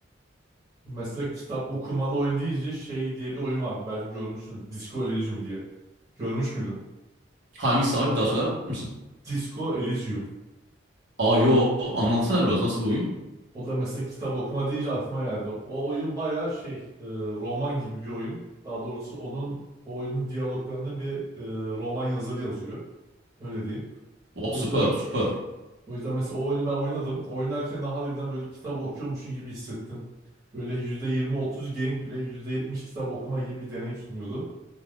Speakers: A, on the right; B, on the right.
A: Mesela kitap okumalı oyun deyince şey diye bir oyun vardı. Belki görmüşsün. Disco Elysium diye. Görmüş müydün?
B: Hangisi abi bir daha söyler misin?
A: Disco Elysium.
B: Aa yo anlatsana biraz nasıl bir oyun?
A: O da mesela kitap okuma deyince aklıma geldi. O oyun bayağı şey e, roman gibi bir oyun. Daha doğrusu onun o oyunun diyaloglarını bir e, roman yazarı yazıyor. Öyle diyeyim.
B: O
A: O
B: süper
A: yüzden
B: süper
A: o yüzden mesela o oyunu ben oynadım. Oynarken de harbiden böyle kitap okuyormuşum gibi hissettim. Böyle %20-30 gameplay, %70 kitap okuma gibi bir deneyim sunuyordu.